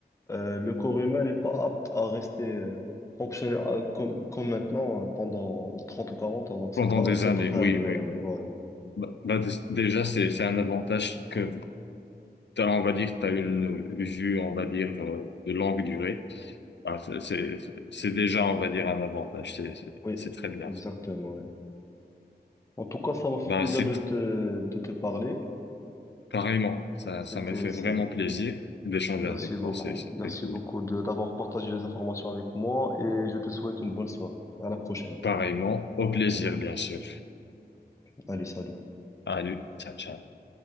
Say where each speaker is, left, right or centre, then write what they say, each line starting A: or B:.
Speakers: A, on the left; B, on the left.
A: euh, le corps humain n'est pas apte à rester euh, fonctionnel euh, comme, comme maintenant euh, pendant 30 ou 40 ans. Donc, c'est
B: pendant
A: pas,
B: des
A: c'est
B: années,
A: pas très
B: oui,
A: agréable.
B: oui.
A: Voilà.
B: Bah, bah, dé- déjà, c'est, c'est un avantage que t'as, on va dire, tu as une vue, on va dire, euh, de longue durée. Bah, c'est, c'est c'est déjà, on va dire, un avantage. C'est, c'est
A: Oui,
B: c'est très bien.
A: exactement.
B: ça.
A: ouais. En tout cas, ça m'a fait
B: Bah,
A: plaisir
B: c'est
A: de
B: tr-
A: te, de te parler.
B: pareillement. Ça,
A: C'était,
B: ça m'a fait
A: c'est
B: vraiment plaisir d'échanger
A: Merci
B: avec toi.
A: beaucoup.
B: C'est, c'est très
A: Merci
B: cool.
A: beaucoup de d'avoir partagé les informations avec moi et je te souhaite une bonne soirée. À la prochaine.
B: Pareillement, au plaisir, bien sûr.
A: Allez, salut.
B: Allez, ciao, ciao.